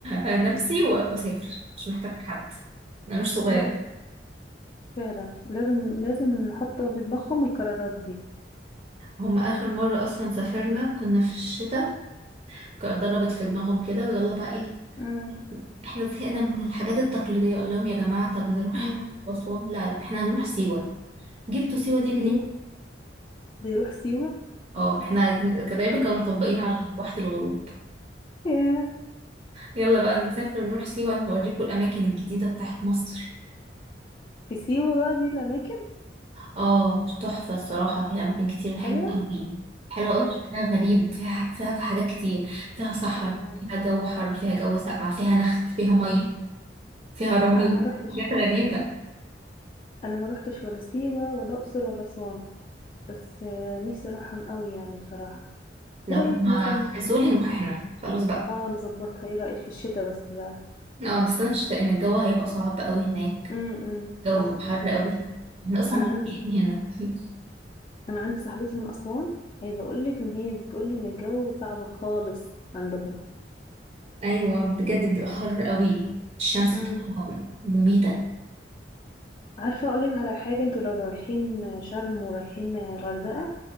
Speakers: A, on the right (about 40°); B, on the left (about 30°).
A: نفسي و- واسافر مش محتاجة حد انا مش صغيرة
B: لا لا فعلا لازم لازم نحط في دماغهم القرارات دي
A: هم اخر مرة اصلا سافرنا كنا في الشتاء كانت ضربت في دماغهم كده ويلا بقى ايه
B: مم.
A: احنا زهقنا من الحاجات التقليدية اقول لهم يا جماعة طب نروح
B: مم.
A: اسوان لا لا احنا هنروح سيوة جبتوا سيوة دي منين
B: سيوة بيروح سيوة
A: اه احنا عايزين- كان دايما كانوا مطبقين على واحة الغروب
B: ياه
A: يلا بقى نسافر نروح سيوة نوريكم الأماكن الجديدة بتاعت مصر
B: في سيوة بقى دي الأماكن
A: اه تحفة الصراحة هي أماكن كتير
B: حلوة
A: حلوة أوي حلوة
B: بجد
A: أوي شكلها غريب فيها حاج- فيها حاجات كتير فيها صحراء
B: الله
A: فيها جو حر فيها جو ساقع فيها نخل فيها مية
B: مم.
A: فيها رمل
B: أنا ما روحتش
A: حاجات غريبة
B: أنا ما روحتش ولا سيوة ولا أقصر ولا أسوان بس آه، نفسي أروحهم قوي يعني بصراحة
A: لو
B: إيه رأيك
A: هما
B: مثلا
A: فكسولي نروح احنا خلاص بقى
B: اه نظبطها إيه رأيك في الشتاء بس بقى
A: اه نستنى في الشتاء إن الجو هيبقى صعب أوي هناك
B: امم
A: الجو
B: صح
A: بيبقى حر أوي احنا أصلا
B: انا
A: مش
B: عندي
A: طايقين هنا <laughs>
B: انا عندي صاحبتي من اسوان عايزه اقول لك ان هي بتقول لي ان الجو صعب خالص عندهم
A: أيوة بجد بيبقى حر أوي الشمس
B: امم
A: بتبقى مميتة
B: عارفه اقول لك على حاجه انتوا لو رايحين شرم ورايحين الغردقه